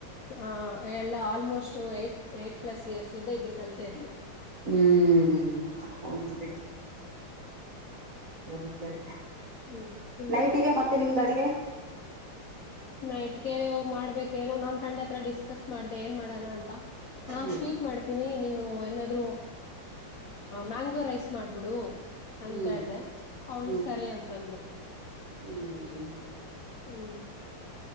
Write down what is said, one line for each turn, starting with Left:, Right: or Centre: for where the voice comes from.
Left: ಹ ಎಲ್ಲಾ almost eight eight plus years ಇಂದ ಇಬ್ರು ಕಲ್ತಾ ಇದೀವಿ.
Right: ಹ್ಮ್ ಹ್ಮ್ ಸರಿ ಸರಿ.
Left: ಹ್ಮ್ ಇನ್ನ
Right: ನೈಟಿಗೆ ಮತ್ತೆ ನಿಮ್ದ ಅಡಿಗೆ
Left: ನೈಟ್ ಗೆ ಮಾಡ್ಬೇಕ ಏನೋ ನನ್ ಫ್ರೆಂಡ್ ಹತ್ರ ಡಿಸ್ಕಸ್ ಮಾಡ್ದೆ ಏನ್ ಮಾಡೋಣ ಅಂತ. ನಾನ್
Right: ಹ್ಮ್
Left: ಸ್ವೀಟ್ ಮಾಡ್ತೀನಿ ನೀನ್ <unintelligible> ಏನಾದ್ರೂ ಮ್ಯಾಂಗೋ ರೈಸ್ ಮಾಡ ಬಿಡು ಅಂತ
Right: ಹ್ಮ್
Left: ಹೇಳ್ದ ಅವಳು
Right: ಹ್ಮ್
Left: ಸರಿ ಅಂತಂದ್ಲು.
Right: ಹ್ಮ್
Left: ಹ್ಮ್